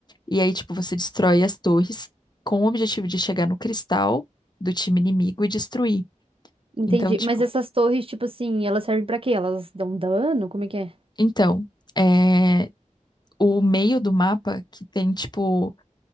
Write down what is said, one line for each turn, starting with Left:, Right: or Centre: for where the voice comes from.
Left: E aí, tipo, você destrói as torres com o objetivo de chegar no cristal do time inimigo e destruir.
Right: Entendi.
Left: Então, tipo,
Right: Mas essas torres, tipo assim, elas servem pra quê? Elas dão dano? Como é que é?
Left: então, é, o meio do mapa que tem, tipo,